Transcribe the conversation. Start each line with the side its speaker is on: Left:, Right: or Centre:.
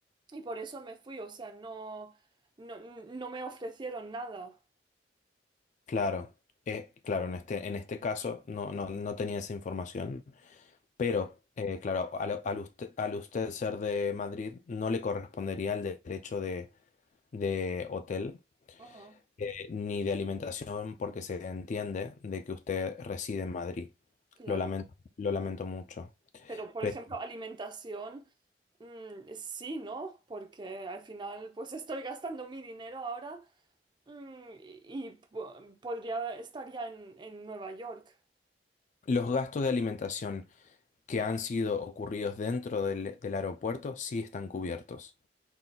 Right: Y por eso me fui, o sea, no, no, no me ofrecieron nada.
Left: claro, eh, claro, en este, en este caso no, no, no tenía esa información, pero, eh, claro, al, al usted, al usted ser de Madrid no le correspondería el derecho de de hotel
Right: Ajá,
Left: eh, ni de alimentación porque se entiende de que usted reside en Madrid.
Right: claro.
Left: Lo lamento, lo lamento mucho.
Right: Pero, por
Left: Pero
Right: ejemplo, alimentación, mm, sí, ¿no? Porque al final, pues estoy gastando mi dinero ahora, mm, y, y po- podría, estaría en, en Nueva York.
Left: los gastos de alimentación que han sido ocurridos dentro del, del aeropuerto sí están cubiertos.